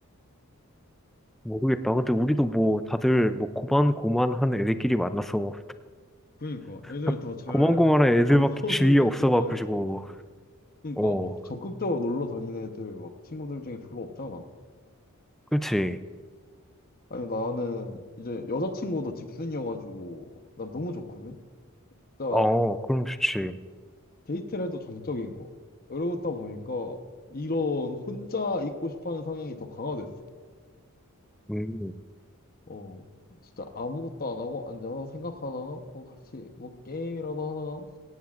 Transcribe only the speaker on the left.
그러니까 애들
다 잘
안 <laughs> 나오는
애들만 있어가지고 그러니까
막 적극적으로 놀러 다니는 애들 막 친구들 중에 별로 없잖아.
아니 나는 이제 여자친구도 집순이여가지고 나 너무 좋거든. 진짜
데이트를 해도 정적인 거. 이러다 보니까 이런 혼자 있고 싶어하는 성향이 더 강화됐어.
어, 진짜 아무것도 안 하고 앉아서 생각하다가 뭐 같이 뭐 게임이라도 하다가